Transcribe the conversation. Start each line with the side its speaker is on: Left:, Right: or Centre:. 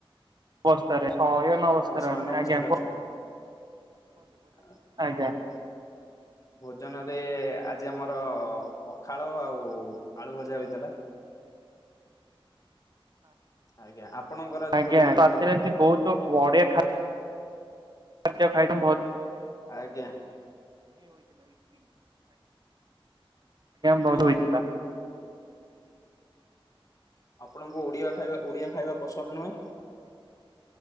Right: ବସ୍ତାରେ ଶୟନ ଅବସ୍ଥାରେ
Left: ଶୟନ
Right: ଆମେ
Left: ଅବସ୍ଥାରେ
Right: ଆଜ୍ଞା କ
Left: ଅଛନ୍ତି। <inaudible>
Right: ଆଜ୍ଞା
Left: ଭୋଜନ ରେ ଆଜି ଆମର ପଖାଳ ଆଉ ଆଳୁ ଭଜା ହୋଇଥିଲା। ଆଜ୍ଞା ଆପଣଙ୍କର ଆଜି
Right: ଆଜ୍ଞା
Left: ଭୋଜନ ରେ
Right: ରାତିରେ
Left: କଣ ହେଇଥିଲା?
Right: <unintelligible> <unintelligible> ଇପି ଆଜ୍ଞା
Left: ଆଜ୍ଞା ଇପି
Right: ବହୁତ ହୋଇଥିବା।
Left: ଆପଣଙ୍କୁ ଓଡ଼ିଆ ଖାଇବା ଓଡ଼ିଆ ଖାଇବା ପସନ୍ଦ ନୁହେଁ।